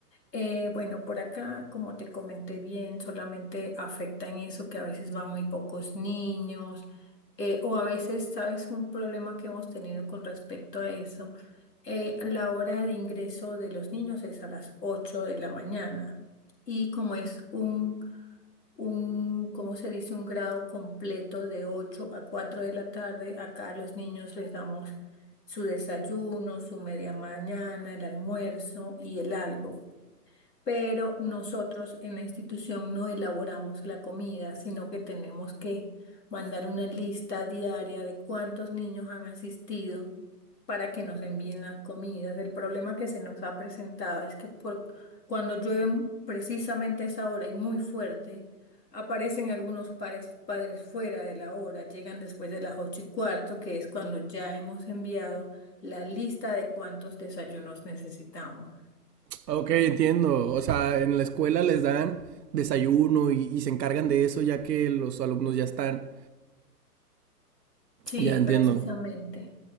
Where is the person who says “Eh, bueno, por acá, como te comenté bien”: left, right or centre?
Left